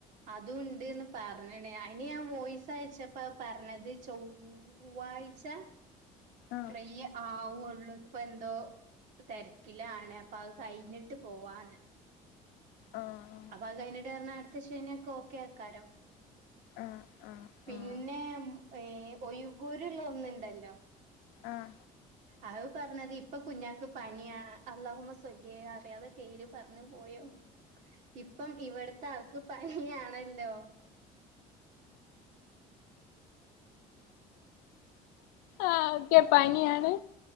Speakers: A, on the right; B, on the left.
A: അതും ഉണ്ടെന്ന് പറഞ്ഞതാണ് അതിന് ഞാൻ വോയിസ് അയച്ചപ്പോ അത് പറഞ്ഞത് ചൊ വ്വാഴ്ച
B: ആഹ്
A: പയ്യെ ആവൂള്ളൂ ഇപ്പൊ എന്തോ തെരക്കിലാണ് അപ്പൊ അത് കഴിഞ്ഞിട്ട് പോവാന്ന്
B: ആഹ് ആഹ്
A: അപ്പൊ അത് കഴിഞ്ഞിട്ട് എന്ന്‌ പറഞ്ഞാ അടുത്ത ശനിയൊക്ക ഓക്ക അയ്ക്കാരം
B: ആഹ് ആഹ് ആഹ്
A: പിന്നെ ഈ ഒഴ്ഗൂരുള്ള ഒന്നുണ്ടല്ലോ
B: ആഹ്
A: അത് പറഞ്ഞത് ഇപ്പൊ കുഞ്ഞാക്ക് പനിയാ അള്ളാഹുമ്മ സൊല്ലീയേ അറിയാതെ പേര് പറഞ്ഞു പോയോ ഇപ്പം ഇവിടുത്തെ ആൾക്ക് പനിയാണല്ലോ
B: ആഹ് ഓക്കെ പനിയാണ്